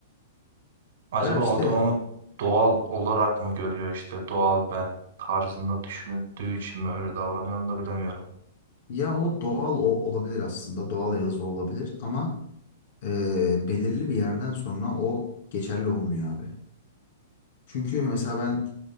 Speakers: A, on the right; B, on the left.
A: Acaba
B: Ya işte
A: o da onu doğal olarak mı görüyor işte doğal ben tarzında düşündüğü için mi öyle davranıyor onu da bilemiyorum.
B: ya o doğal o olabilir aslında. Doğal Yağız o olabilir ama e, belirli bir yerden sonra o geçerli olmuyor abi. Çünkü mesela ben